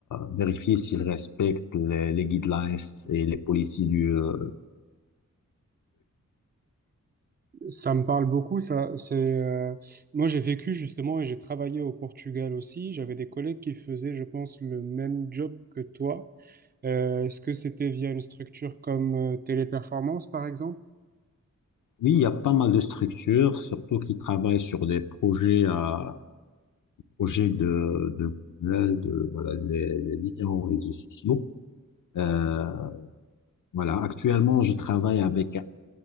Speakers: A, on the left (about 80°); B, on the right (about 30°).
A: vérifier s'ils respectent les, les guidelines et les policies du... euh,
B: Ça me parle beaucoup. Ça, c'est euh, moi j'ai vécu justement et j'ai travaillé au Portugal aussi. J'avais des collègues qui faisaient, je pense, le même job que toi. Euh, est-ce que c'était via une structure comme euh, Téléperformance, par exemple?
A: oui, il y a pas mal de structures, surtout qui travaillent sur des projets euh, Projets de, de Google, de voilà, les, les différents réseaux sociaux. Euh, voilà, actuellement, je travaille avec